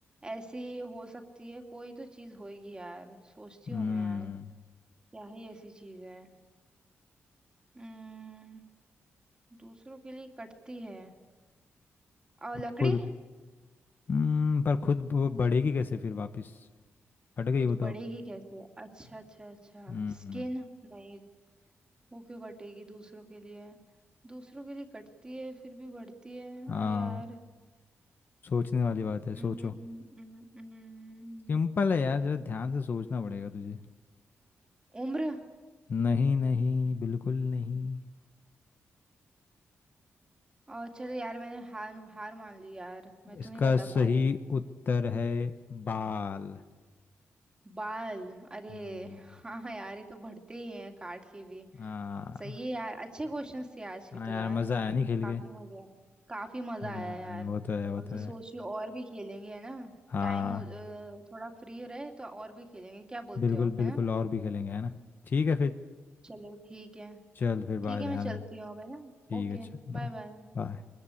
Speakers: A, on the right; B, on the left.
A: ऐसी हो सकती है कोई तो चीज होएगी यार सोचती
B: हम्म
A: हूँ मैं यार क्या ही ऐसी चीज है हम्म, दूसरों के लिए कटती है और
B: अब
A: लकड़ी
B: खुद हम्म पर खुद वो बढ़ेगी कैसे फिर वापस कट गई
A: खुद
B: वो
A: बढ़ेगी
B: तो
A: कैसे अच्छा अच्छा अच्छा
B: हम्म
A: स्किन नहीं वो क्यों कटेगी दूसरों के लिए दूसरों के लिए कटती है फिर भी बढ़ती है
B: हाँ
A: अरे यार
B: सोचने वाली बात है सोचो
A: हम्म, हम्म, हम्म, हम्म।
B: सिंपल है यार जरा ध्यान से सोचना पड़ेगा तुझे
A: उम्र
B: नहीं नहीं बिल्कुल नहीं
A: और चलो यार मैंने हार हार मान ली यार मैं तो
B: इसका
A: नहीं बता
B: सही
A: पा रही
B: उत्तर है बाल
A: बाल अरे
B: हम्म,
A: <laughs> हाँ हाँ यार ये तो बढ़ते ही हैं काट के भी
B: हाँ
A: सही है यार अच्छे क्वेश्चंस थे आज के
B: हाँ
A: तो
B: यार
A: यार
B: मज़ा आया नहीं खेल
A: काफी
B: के
A: मजा काफी मजा
B: हम्म
A: आया यार
B: वो तो है वो
A: अब तो
B: तो है
A: सोच रही हूँ और भी खेलेंगे है ना
B: हाँ
A: टाइम थोड़ा फ्री रहे तो और भी खेलेंगे क्या बोलते
B: बिल्कुल
A: हो आप है
B: बिल्कुल
A: ना
B: और भी खेलेंगे है ना ठीक है फिर
A: चलो ठीक है
B: चल फिर बाय
A: ठीक है
B: ध्यान
A: मैं चलती
B: रख
A: हूँ अब है ना
B: ठीक
A: ओके
B: है चल
A: Bye
B: बाय
A: bye
B: बाय